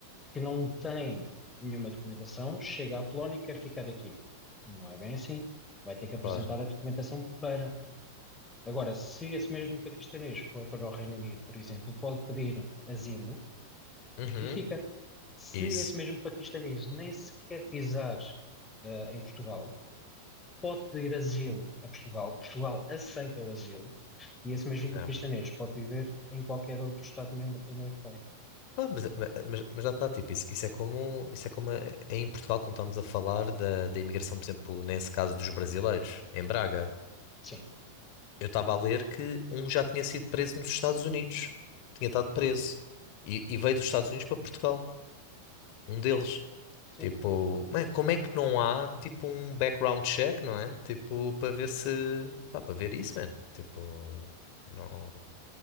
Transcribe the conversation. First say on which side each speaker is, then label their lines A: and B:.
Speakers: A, on the left; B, on the left.
A: que não tem nenhuma documentação, chega à Polónia e quer ficar aqui. Não é bem assim. Vai ter que
B: Claro.
A: apresentar a documentação para. Agora, se esse mesmo paquistanês for para o Reino Unido, por exemplo, pode pedir asilo
B: Uhum.
A: e fica. Se
B: Isso.
A: esse mesmo paquistanês nem sequer pisar, ah, em Portugal, pode pedir asilo a Portugal, Portugal aceita o asilo, e esse mesmo paquistanês
B: É.
A: pode viver em qualquer outro Estado-membro da União Europeia.
B: Ah, mas, mas- mas já está, tipo, isso, isso é como, isso é como é- é em Portugal, como estamos a falar da, da imigração, por exemplo, nesse caso dos brasileiros, em Braga.
A: Sim,
B: Eu estava a ler que um já tinha sido preso nos Estados Unidos. Tinha estado preso. E, e veio dos Estados Unidos para Portugal. Um deles.
A: sim.
B: Tipo, man, como é que não há, tipo, um background check, não é? Tipo, para ver se... Pá, para ver isso, man. Tipo, não...